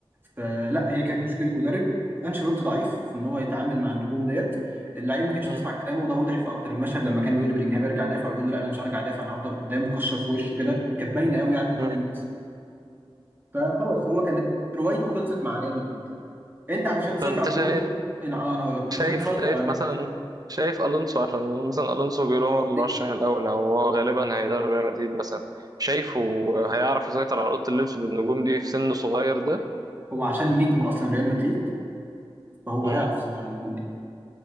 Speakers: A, on the right; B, on the right.
A: فلا هي كانت مشكله مدرب انشيلوتي ضعيف في ان هو يتعامل مع النجوم ديت اللعيبه ما كانتش
B: مم.
A: تسمع كلامه وده وضح في اكتر المشهد لما كان بيقول لبلينجهام ارجع دافع وبيقول له لا انا مش هرجع دافع انا هفضل قدام مكشر في وشه كده كانت باينه قوي يعني لكل
B: مم.
A: الناس فخلاص هو كانت روايته خلصت مع ريال مدريد انت علشان تسيطر
B: طب انت
A: على
B: شايف
A: النجوم دي انا آه، انا هقول لك انت
B: شايف
A: عشان تسيطر
B: شايف
A: على النجوم
B: مثلا شايف الونسو عشان مثلا الونسو بيقولوا هو المرشح
A: دي
B: الاول او هو غالبا هيدرب ريال مدريد مثلا شايفه هيعرف يسيطر على اوضه اللبس بالنجوم دي في سن صغير ده
A: هو عشان نجم اصلا ريال مدريد فهو
B: امم
A: هيعرف يسيطر على النجوم دي